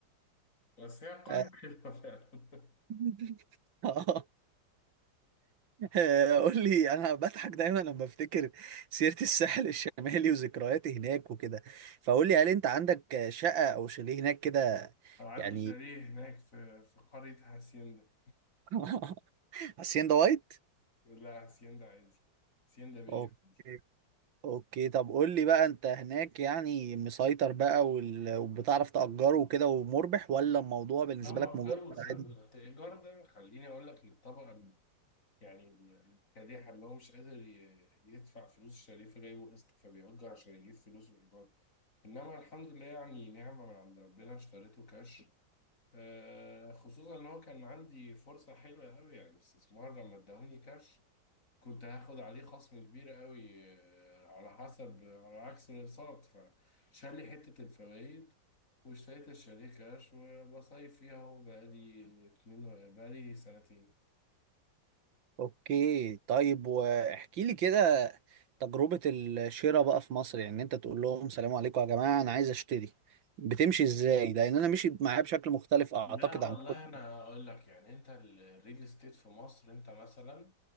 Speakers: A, on the left; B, on the right.
A: بس هي قرية
B: آه،
A: حلوة فعلا <laughs>
B: <laughs> آه، آه، قول لي انا بضحك دايما لما بفتكر سيرة الساحل الشمالي وذكرياتي هناك وكده فقول لي هل انت عندك شقة او شاليه هناك كده
A: أو عندي
B: يعني
A: شاليه هناك في في قرية هاسيندا
B: <laughs> حسين ده وايت
A: لا هاسيندا عادي هاسيندا بيه
B: اوكي
A: عادي
B: اوكي طب قول لي بقى انت هناك يعني مسيطر بقى وال... وبتعرف تأجره وكده ومربح ولا الموضوع بالنسبة
A: لا ما
B: لك مجرد
A: أجروش الإيجار
B: عادي
A: ده خليني أقول لك للطبقة ال- يعني الكادحة اللي هو مش قادر ي- يدفع فلوس الشاليه فجايبه قسط فبيأجر عشان يجيب فلوس الإيجار إنما الحمد لله يعني نعمة من عند ربنا اشتريته كاش آه، خصوصا إن هو كان عندي فرصة حلوة أوي يعني استثمار لما اداهوني كاش كنت هاخد عليه خصم كبير قوي آه، على حسب على عكس الاقساط فشال لي حتة الفوائد واشتريت الشاليه كاش وبصيف فيها اهو بقالي اتنين و- بقالي سنتين
B: اوكي طيب واحكي لي كده تجربة الشراء بقى في مصر يعني انت تقول لهم سلام عليكم يا جماعة انا عايز اشتري بتمشي ازاي لان انا مشيت معاه بشكل مختلف اعتقد
A: لا والله
B: عن كل
A: انا اقول لك يعني انت ال- الريل استيت في مصر انت مثلا